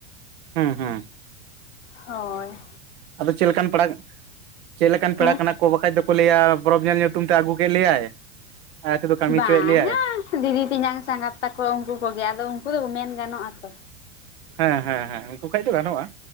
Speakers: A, on the right; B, on the left.
A: ᱦᱩᱸ ᱦᱩᱜ
B: ᱦᱳᱭ
A: ᱟᱫᱚ ᱪᱮᱜ ᱞᱮᱠᱟᱱ ᱯᱮᱲᱟ ᱪᱮᱫ ᱞᱮᱠᱟᱱ ᱯᱮᱲᱟ
B: ᱦᱮᱸ
A: ᱠᱟᱱᱟ ᱠᱚ ᱵᱟᱠᱷᱟᱡ ᱫᱚᱠᱚ ᱞᱟᱹᱭᱟ ᱵᱚᱨᱚᱯ ᱧᱮᱞ ᱧᱩᱛᱩᱢ ᱛᱮ ᱟᱹᱜᱩ ᱠᱮᱜ ᱞᱮᱭᱟᱭ, ᱟᱡ ᱛᱮᱫᱚ ᱠᱟᱹᱢᱤ
B: ᱵᱟᱝᱼᱟ
A: ᱦᱚᱪᱚᱭᱮᱫ ᱞᱮᱭᱟᱭ
B: ᱫᱤᱫᱤ ᱛᱮᱧᱟᱝ ᱥᱟᱸᱜᱟᱛ ᱛᱟᱠᱚ ᱩᱱᱠᱩ ᱠᱚᱜᱮ ᱟᱫᱚ ᱩᱱᱠᱩ ᱫᱚ ᱢᱮᱱ ᱜᱟᱱᱚᱜᱼᱟ ᱛᱚ᱾
A: ᱦᱮᱸ ᱦᱮᱸ ᱦᱮᱸ ᱩᱱᱠᱩ ᱠᱷᱚᱡ ᱫᱚ ᱜᱟᱱᱚᱜᱼᱟ᱾